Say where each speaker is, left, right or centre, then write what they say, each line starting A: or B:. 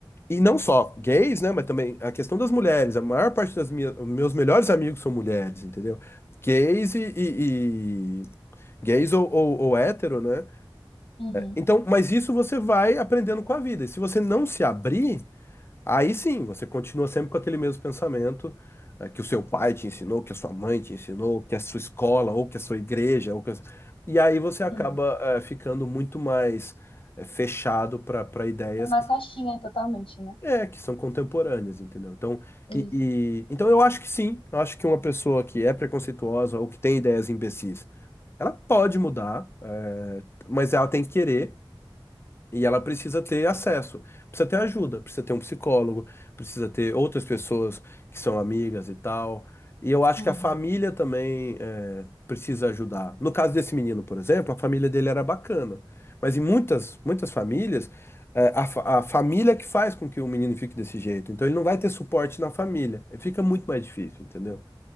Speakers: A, on the left; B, on the left.
A: e não só gays, né, mas também a questão das mulheres. A maior parte das minhas, meus melhores amigos são mulheres, entendeu? Gays e, e- e- gays ou, ou, ou hétero, né?
B: Uhum,
A: Então, mas isso você vai aprendendo com a vida. E se você não se abrir, aí sim, você continua sempre com aquele mesmo pensamento eh, que o seu pai te ensinou, que a sua mãe te ensinou, que a sua escola, ou que a sua igreja, ou que a... E aí você acaba
B: uhum.
A: eh, ficando muito mais eh, fechado para para ideias
B: É uma
A: que
B: caixinha
A: são,
B: totalmente, né?
A: é, que são contemporâneas, entendeu? Então, e,
B: Isso.
A: e- então eu acho que sim, eu acho que uma pessoa que é preconceituosa ou que tem ideias imbecis, ela pode mudar, eh, mas ela tem que querer. E ela precisa ter acesso, precisa ter ajuda, precisa ter um psicólogo, precisa ter outras pessoas que são amigas e tal. E eu acho
B: Uhum,
A: que a família também é, precisa ajudar. No caso desse menino, por exemplo, a família dele era bacana. Mas em muitas, muitas famílias, é, a, fa- a família que faz com que o menino fique desse jeito. Então ele não vai ter suporte na família. Fica muito mais difícil, entendeu?